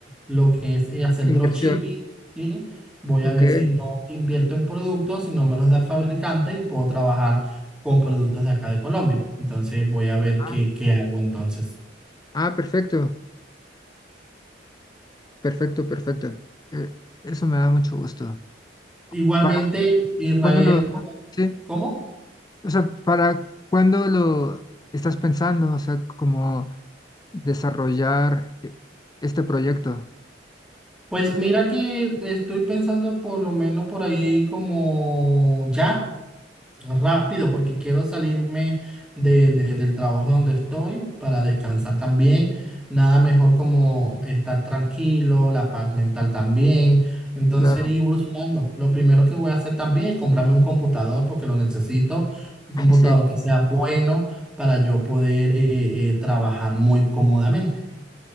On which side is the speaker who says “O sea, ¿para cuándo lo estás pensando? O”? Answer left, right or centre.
Left